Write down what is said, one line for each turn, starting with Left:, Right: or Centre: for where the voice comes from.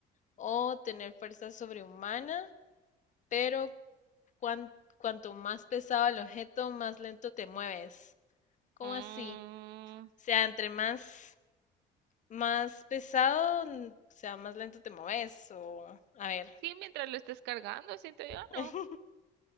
Left: ¿O tener fuerza sobrehumana, pero cuan- cuanto más pesado el objeto, más lento te mueves? ¿Cómo
Right: Mm,
Left: así? O sea, entre más, más pesado, mm, o sea, más lento te mueves. O, a ver,
Right: sí, mientras lo estés cargando, siento yo,
Left: <laughs>
Right: no,